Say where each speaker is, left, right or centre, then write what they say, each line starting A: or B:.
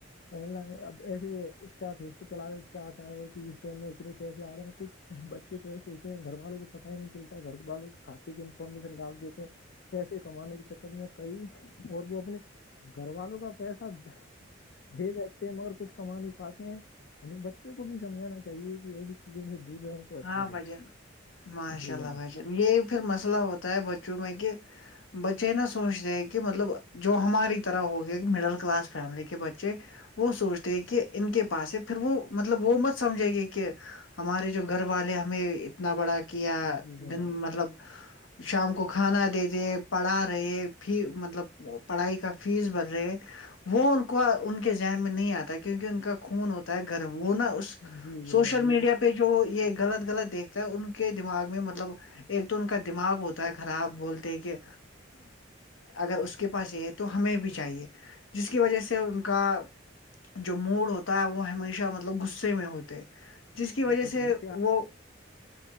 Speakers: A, on the left; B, on the left.
A: آن لائن اب ایسے انسٹا فیسک چلا رہ آتا ہے کہ اس گیم میں اتنے پیسے آ رہے ہیں کچھ بچے تو ایسے ہوتے ہیں گھر والوں کو پت ہی نہیں چلتا ہے گھر والوں کے کھاتے کی انفارمیشن ڈال دیتے ہیں پیسے کمانے کے چکر میں کئی اور وہ اپنے گھر والوں کا پیسہ دے بیٹھتے ہیں مگر کچھ کما نہیں پاتے ہیں ہمیں بچوں کو بھی سمجھانا چاہیے کہ ایسی چیزوں سے دور رہے تو اچھا
B: ہاں بھجن
A: گا
B: ماشاء
A: جی
B: اللہ
A: جناب
B: بھجن یہی پھر مسئلہ ہوتا ہے بچوں میں کہ بچے نہا سوچتے ہیں کہ مطلب جو ہماری طرح ہو گیا کہ مڈل کلاس فیملی کے بچے وہ سوچتے ہیں کہ ان کے پاس ہے پھر وہ مطلب وہ مت سمجھے گے کہ ہمارے جو گھر والے ہمیں اتنا بڑا کیا
A: جی جناب
B: دن مطلب شام کو کھانا دے رہے پڑھا رہے مطلب پڑھائی کا فیس بھرھ رہے ہے وہ ان کو ان کے ذہن میں نہیں آتا کیونکہ ان کا خون ہوتا ہے گرم وہ نہا اس
A: جی
B: سوشل
A: جناب بالکل
B: میڈیا پہ جو یہ غلط غلط دیکھتا ہے ان کے دماغ میں مطلب ایک تو ان کا دماغ ہوتا ہے خراب بولتے کہ
A: جی
B: اگر اس کے پاس یہ ہے تو ہمیں بھی چاہیے جس کی وجہ سے ان کا جو موڈ ہوتا ہے وہ ہمیشہ مطلب غصے میں ہوتے جس کی وجہ
A: اور کچھ
B: سے
A: اس کے
B: وہ